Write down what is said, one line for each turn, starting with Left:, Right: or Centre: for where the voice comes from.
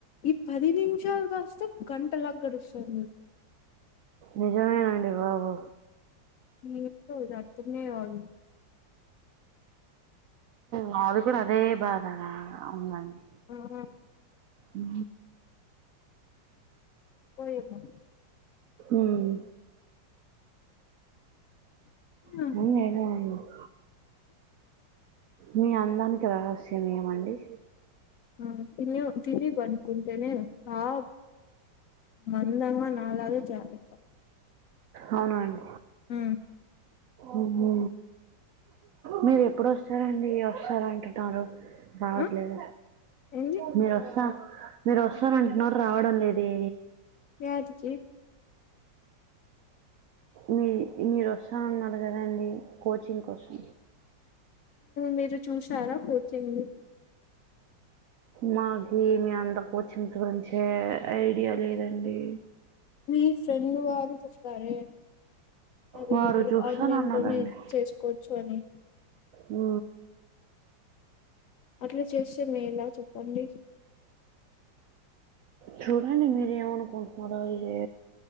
Left: ఈ పది నిమిషాలు గాస్త గంటలా గడుస్తది నాక్
Right: నిజమేనండి బాబు
Left: ఏందో ఇది అర్థమే కాదు
Right: మాది కూడా అదే బాధ నా ఉంది అండీ
Left: ఆ
Right: ఉ
Left: కోయేద్నా
Right: ఉమ్
Left: ఆ
Right: <unintelligible> ఉంది మీ అందానికి రహస్యం ఏం అండీ
Left: ఆ తిన్లేవు తిని <unintelligible> తింటేనే ఆవ్ మందంగా నాలెగె <unintelligible>
Right: అవున అండీ
Left: ఉ
Right: ఉహు మీరు ఎప్పుడు వొస్తారు అండీ వొస్తార్ అంటున్నారు రావట్లేద
Left: ఆ ఏంది
Right: మీరు వొస్తా మీరు వస్తార్ అంటున్నారు రావడం లేదే
Left: యాడికి
Right: మీ మీరు వొస్తాను అన్నార్ కదా అండీ కోచింగ్ కోసం
Left: మీరు చూసారా కోచింగ్
Right: మాకి మీ అంత కోచింగ్స్ గురించే ఐడియా లేదండి
Left: మీ ఫ్రెండ్ వాళ్ళు చెప్తారె అది
Right: వారు చూస్తానన్నారండి
Left: ఆన్లైన్ లోనే చేసుకోవొచ్చు అని
Right: ఉ
Left: అట్లా చేస్తే మేలా చెప్పండి
Right: చూడండి మీరు ఏమనుకుంట్నారో ఏ జే